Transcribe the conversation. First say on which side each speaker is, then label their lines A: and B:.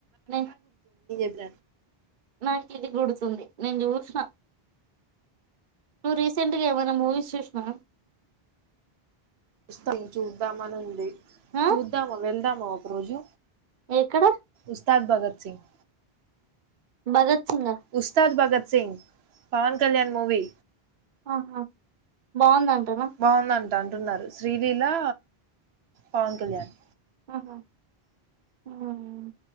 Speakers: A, on the right; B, on the right.
A: న
B: లెద్
A: మంచి గుడుతుంది నేను చూషిన నువు రీసెంట్గా ఏమైనా మూవీస్ చూసినా
B: వస్త చూద్దామని ఉంది
A: ఆ
B: చూద్దాము వెళ్దాము ఒక రోజు
A: ఎక్కడ
B: ఉస్తాద్ భగత్ సింగ్
A: భగత్ సింగ్ ఆ
B: ఉస్తాద్ భగత్ సింగ్ పవన్ కళ్యాణ్ మూవి
A: ఆహా బాగుందంటనా
B: బావుందంట అంటున్నారు శ్రీలీలా పవన్ కళ్యాణ్
A: ఉహు మ్...